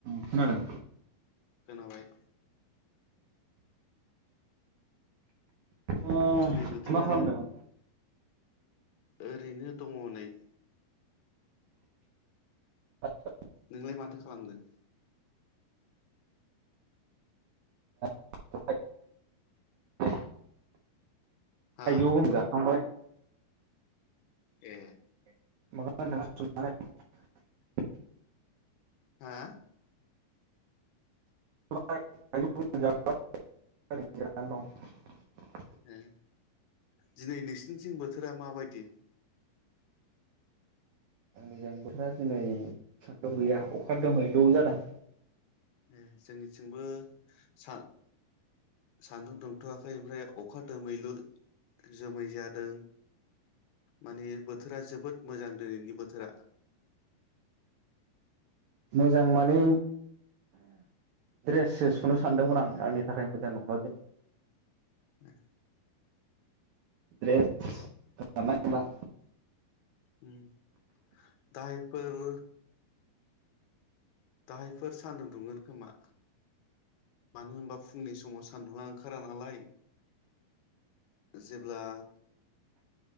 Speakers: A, on the right (about 90°); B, on the left (about 80°).
A: खोनादों
B: खोनाबाय
A: ओ
B: दिनै बोथोरा
A: मा खालामदों
B: ओरैनो दङ नै
A: <unintelligible>
B: नोंलाय माथो खालामदों
A: <unintelligible>
B: हा
A: थाइजौ आं जाखांबाय
B: ए
A: <unintelligible>
B: हा
A: <unintelligible>
B: ए दिनै नोंसि थिं बोथोरा माबायदि
A: आंनिजों बोथोरा दिनै सानदुं गैया अखा दोमैलु जादों
B: ए जोंनिथिंबो सा सान्दुं दुंथवाखै ओमफ्राय अखा दोमैलु जोमै जादों माने बोथोरा जोबोद मोजां दिनैनि बोथोरा
A: मोजां माने ड्रेससो सुनो सानदोंमोन आं आंनि थाखाय मोजां नंला दिनै
B: ए
A: द्रेस राननाय नंला
B: उम दाहायफोर दाहायफोर सान्दुं दुंगोन खोमा मानो होनबा फुंनि समाव सान्दुंआ ओंखारा नालाय जेब्ला